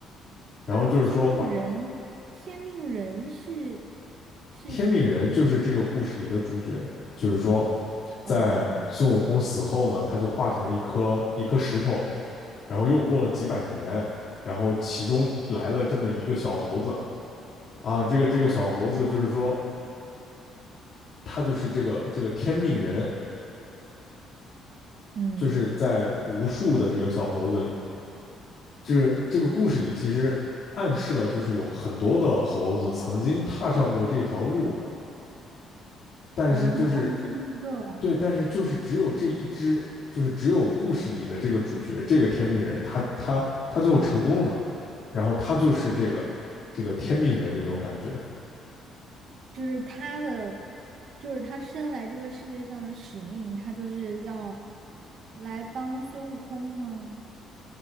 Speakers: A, on the left; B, on the right.
A: 然后就是说把
B: 那天命人，天命人是是谁呀？
A: 天命人就是这个故事里的主角，就是说，在孙悟空死后呢，
B: 哦，
A: 他就化成了一颗一颗石头，然后又过了几百年，然后其中来了这么一个小猴子啊，这个这个小猴子就是说，他就是这个这个天命人，
B: 嗯，
A: 就是在无数的这个小猴子里，这这个故事里其实暗示了，就是有很多的猴子曾经踏上过这条路，但是就是
B: 哦，他不是第一个。
A: 对，但是就是只有这一只，就是只有故事里的这个主角，这个天命人，他他他最后成功了嘛？然后他就是这个这个天命人的这种感觉，
B: 就是他的，就是他生来这个世界上的使命，他就是要来帮孙悟空吗？